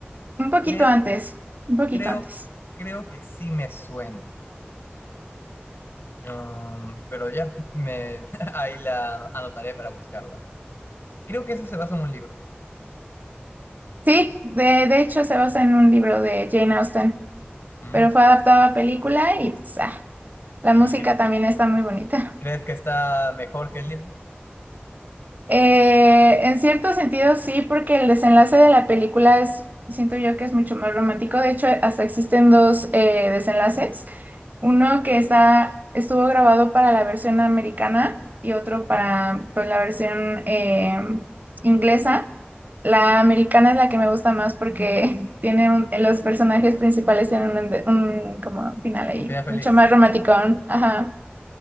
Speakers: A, on the right; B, on the left.
A: Un poquito
B: Creo,
A: antes, un poquito
B: creo,
A: antes.
B: creo que sí me suena. Um, pero ya, me, <laughs> ahí la anotaré para buscarla. Creo que eso se basa en un libro.
A: Sí, de, de hecho se basa en un libro de Jane Austen,
B: Mm.
A: pero fue adaptado a película y, pues, ah, la
B: ¿Y
A: música
B: cre-
A: también está muy bonita.
B: crees que está mejor que el libro?
A: Eh, en cierto sentido sí, porque el desenlace de la película es, siento yo que es mucho más romántico. De hecho, hasta existen dos eh, desenlaces. Uno que está, estuvo grabado para la versión americana y otro
B: Ujú.
A: para pues, la versión eh, inglesa. La americana es la que me gusta más porque <laughs> tiene un- los personajes principales tienen un, un como final ahí,
B: Un final feliz.
A: mucho más romántico. Ajá,